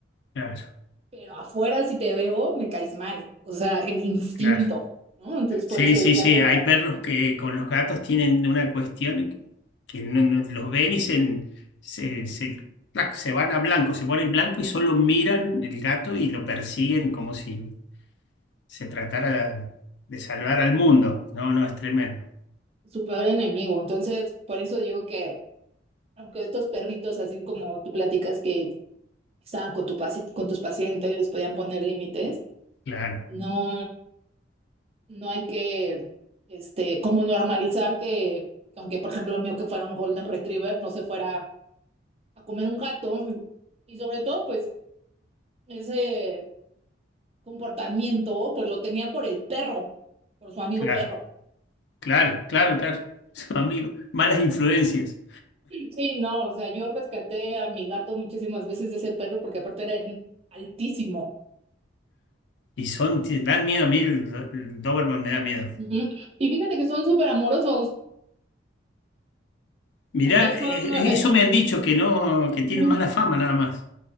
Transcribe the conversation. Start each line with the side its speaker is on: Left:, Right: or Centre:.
Left: claro,
Right: pero afuera si te veo, me caes mal, o sea, el instinto,
Left: claro.
Right: ¿no? Entonces,
Left: Sí,
Right: por eso
Left: sí,
Right: decía
Left: sí,
Right: como
Left: hay perros que con los gatos tienen una cuestión que no- no- los ven y se, se, se, clac, se van a blanco, se ponen blanco y solo miran el gato y lo persiguen como si se tratara de salvar al mundo. No, no, es tremendo.
Right: su peor enemigo, entonces, por eso digo que, aunque estos perritos, así como tú platicas que estaban con, tu, paci- con tus pacientes, les podían poner límites,
Left: Claro,
Right: no, No hay que, este, como normalizar que, aunque por ejemplo el mío que fuera un Golden Retriever, no se fuera a comer un gato. Y sobre todo, pues, ese comportamiento, pues lo tenía por el perro, por su amigo
Left: claro,
Right: perro.
Left: claro, claro, claro. <laughs> Son amigos, malas influencias.
Right: Sí, no, o sea, yo rescaté a mi gato muchísimas veces de ese perro porque aparte era en- altísimo.
Left: Y son, te dan miedo a mí, el, el Doberman me da miedo.
Right: Ujú. Y fíjate que son súper amorosos.
Left: Mirá,
Right: También son,
Left: eh, eh,
Right: eh,
Left: eso me han dicho que no, que
Right: mm,
Left: tienen mala fama nada más.